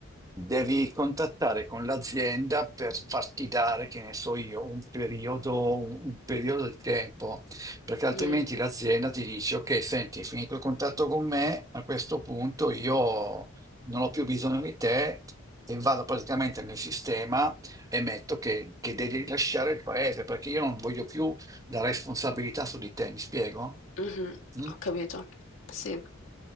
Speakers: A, on the right (about 15°); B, on the left (about 70°).
A: Devi contattare con l'azienda per farti dare, che ne so io, un periodo, un, un periodo di tempo, perché altrimenti
B: Mh,
A: l'azienda ti dice, ok, senti, hai finito il contatto con me, a questo punto io non ho più bisogno di te e vado praticamente nel sistema e metto che, che devi lasciare il paese, perché io non voglio più la responsabilità su di te, mi spiego?
B: mh-mh,
A: Mm?
B: ho capito. Sì.